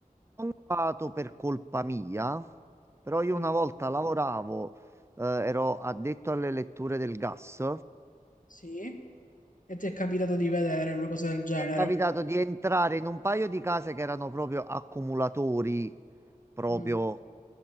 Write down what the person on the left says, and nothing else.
Mm,
Sì, e ti è capitato di vedere una cosa del genere?
Mm,